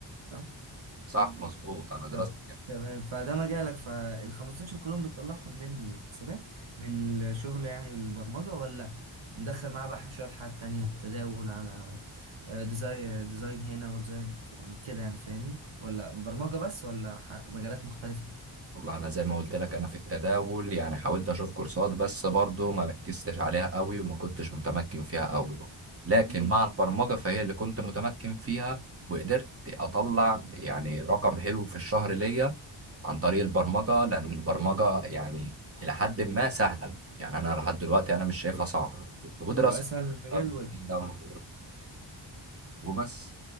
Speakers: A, on the right; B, on the right.
A: صح
B: صح مظبوط انا درست
A: تم- تمام فده مجالك فال 15 كلهم بتطلعهم من الحسابات من الشغل يعني البرمجة ولا مدخل معاه بقى شوية حاجات تانية تداول على ديزاين ديزاين هنا وديزاين يعني كده يعني فاهمني ولا برمجة بس ولا ح- مجالات مختلفة
B: والله انا زي ما قلت لك انا في التداول يعني حاولت اشوف كورسات بس برضو ما ركزتش عليها قوي وما كنتش متمكن فيها قوي لكن
A: امم
B: مع البرمجة فهي اللي كنت متمكن فيها وقدرت اطلع يعني رقم حلو في الشهر ليا عن طريق البرمجة لان البرمجة يعني الى حد ما سهلة يعني انا لحد دلوقتي انا مش شايفها صعبة ودراسة
A: وأسهل مجال
B: لو
A: الويب
B: لو وبس